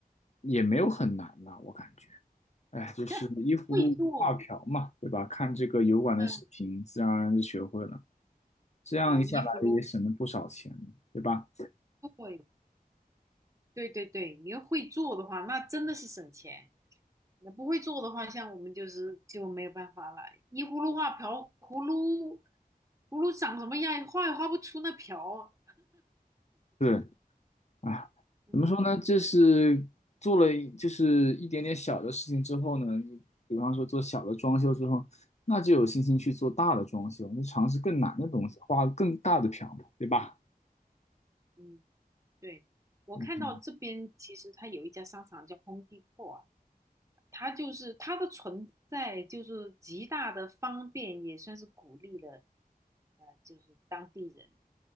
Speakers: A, on the left (about 45°); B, on the right (about 20°).
A: 也没有很难吧，我感觉，哎，就是依葫芦画瓢嘛，
B: <laughs> 会做，
A: 对吧？看这个油管的视频，
B: 嗯
A: 自然而然就学会了，这样一下来也省了不少钱，
B: 啊，衣服咯，
A: 对吧？
B: 对对对对，你要会做的话，那真的是省钱。那不会做的话，像我们就是就没有办法了。依葫芦画瓢，葫芦葫芦长什么样，画也画不出那瓢。
A: 是啊，
B: 嗯
A: 怎么说呢？这是做了一就是一点点小的事情之后呢，比方说做小的装修之后，那就有信心去做大的装修，那尝试更难的东西，画更大的瓢嘛，对吧？
B: 嗯，对，我看到这边其实它有一家商场叫空地
A: 嗯
B: m 啊，它就是它的存在，就是极大的方便，也算是鼓励了，呃，就是当地人